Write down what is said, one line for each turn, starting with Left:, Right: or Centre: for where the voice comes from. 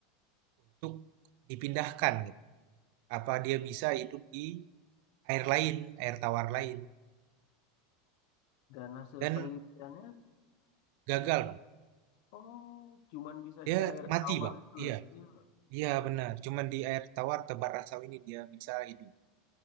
Right: untuk dipindahkan gitu. Apa dia bisa hidup di air lain, air tawar lain
Left: Dan hasil
Right: dan
Left: penelitiannya,
Right: gagal Bang.
Left: oh, cuman bisa
Right: Dia
Left: di air
Right: mati
Left: tawar
Right: Bang.
Left: itu
Right: Iya,
Left: ya? Iya.
Right: iya benar. Cuman di air tawar tebar rasau ini dia bisa hidup.